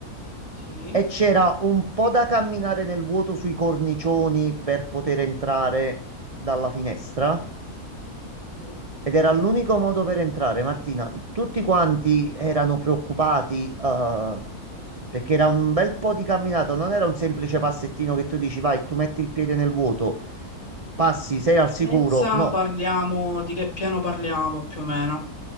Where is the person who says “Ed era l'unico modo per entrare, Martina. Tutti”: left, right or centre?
Right